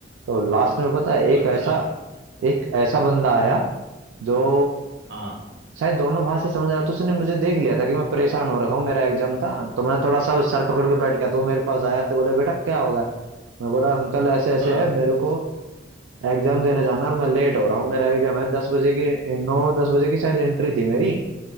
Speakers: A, on the right (about 85°); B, on the right (about 65°).
A: तो लास्ट में पता है एक
B: अच्छा
A: ऐसा एक ऐसा बंदा आया जो
B: हाँ
A: शायद दोनों भाषा समझ रहा था तो उसने मुझे देख लिया था कि मैं परेशान हो रखा हूँ मेरा एग्जाम था तो मैं थोड़ा सा सर पकड़ के बैठ गया तो वो मेरे पास आया तो बोले बेटा क्या होगा मैं बोला अंकल ऐसे ऐसे
B: हाँ
A: है मेरे को एग्जाम देने जाना और मैं लेट हो रहा हूँ मेरा एग्जाम है दस बजे की नौ दस बजे की शायद एंट्री थी मेरी